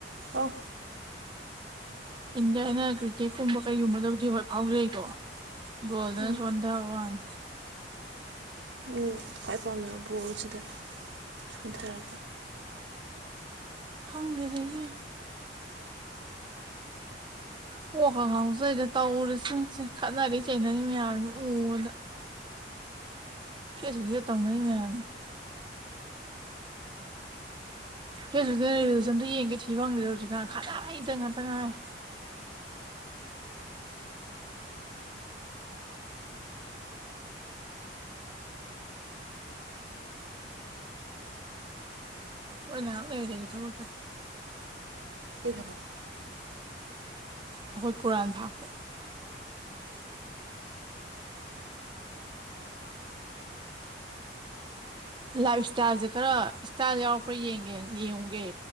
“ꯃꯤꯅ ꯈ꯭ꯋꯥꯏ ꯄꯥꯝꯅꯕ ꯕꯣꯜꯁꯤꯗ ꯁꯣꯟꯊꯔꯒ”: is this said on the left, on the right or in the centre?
Right